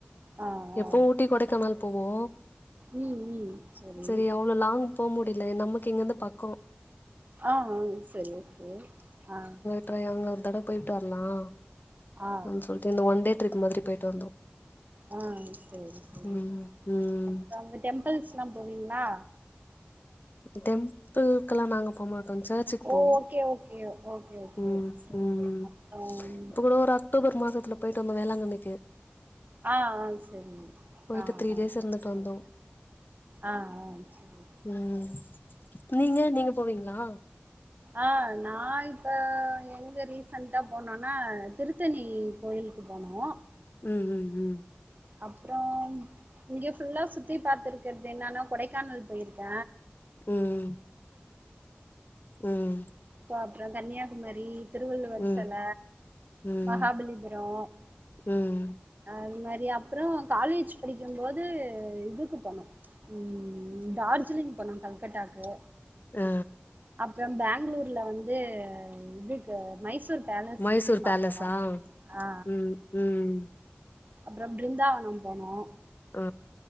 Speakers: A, on the right (about 45°); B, on the left (about 55°).
A: ஆ ஆ
B: எப்பவு ஊட்டி கொடைக்கானல் போவோ
A: ம் ம் சரி
B: செரி அவ்ளோ லாங் போ முடில நமக்கு இங்கர்ந்து பக்கோ
A: ஆ ஆ செரி ஓகே ஆ
B: அப்புறோ எ அங்க ஒரு தடவ போய்ட்டு வர்லா அப்புன்
A: ஆ ஆ
B: சொல்ட்டு இந்த ஒன் டே ட்ரிப் மாதிரி போய்ட்டு வந்தோ
A: ஆ சேரி சேரி
B: ம் ம்
A: அப்றம் இந்த டெம்பிள்ஸ்லா போவீங்ளா
B: டெம்பிள்க்குலா நாங்க போமா நாங் சர்ச்சுக்கு
A: ஓ
B: போவோ
A: ஓகே ஓகே ஓகே ஓகே
B: ம்
A: சரி
B: ம்
A: அப்றோ
B: இப்ப கூட ஒரு அ க்டோபர் மாசத்துல போய்ட்டு வந்தோ வேளாங்கண்ணிக்கு
A: ஆ ஆ செரிங்க
B: போயிட்டு
A: அ
B: த்ரீ
A: அ
B: டேஸ் இருந்துட்டு
A: செரி
B: வந்தோ
A: ஆ அ செரி
B: ம் ம் நீங்களா நீங்க போவீங்ளா
A: ஆ நா இப்ப எங்க ரிசண்ட்டா போனோனா திருத்தணி கோயிலுக்கு போனோ
B: ம் ம் ம்
A: அப்றோ இங்க ஃபுல்லா சுத்தி பாத்திருக்கற்து என்னனா கொடைக்கானல் போயிருக்க
B: ம் ம்
A: கோ அப்றோ கன்னியாகுமரி திருவள்ளுவர்
B: ம்
A: செல
B: ம்
A: மகாபலிபுரோ
B: ம்
A: அது மாரி அப்புற காலேஜ் படிக்கும் போது இதுக்கு போனு ம் டார்ஜிலிங் போனோ கல்கட்டாக்கு
B: அ
A: அப்பற பேங்ளூர்ல வந்து இதுக்கு மைசூர் பேலஸ்
B: மைசூர்
A: பாத்தோ
B: பேலஸா
A: ஆ
B: ம் ம்
A: அப்பற பிருந்தாவன போனோ
B: ஆ